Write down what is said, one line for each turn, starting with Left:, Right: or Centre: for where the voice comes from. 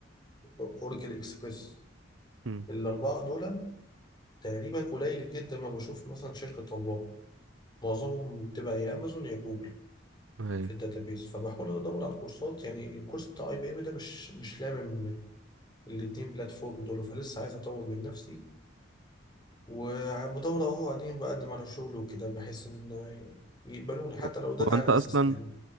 Left: اوراكل اكسبريس
Right: مم.
Left: الاربعه دول تقريبا قليل جدا ما بشوف مثلا شركة طالباه معظمهم بتبقى يا امازون يا جوجل
Right: ايوه
Left: في الداتابيز فبحاول ادور على الكورسات يعني الكورس بتاع اي بي ام ده مش مش لامم الاتنين بلاتفورم دول فلسه عايز اطور من نفسي وبدور اهو قاعدين بقدم على شغل وكده بحيث ان يقبلوني حتى
Right: هو
Left: لو داتا
Right: هو انت
Left: اناليست
Right: اصلا
Left: يعني